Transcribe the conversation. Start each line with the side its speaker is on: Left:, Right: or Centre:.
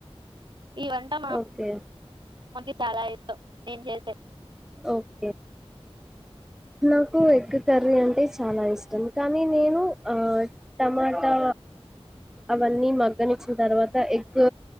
Right: ఈ వంట మా
Centre: ఓకే
Right: మన్కి చాలా ఇష్టం నేన్ చేసే
Centre: ఓకే. నాకు ఎగ్ కర్రీ అంటే చాలా ఇష్టం కానీ నేను ఆ టమాటా అవన్నీ మగ్గనిచ్చిన్ తర్వాత ఎగ్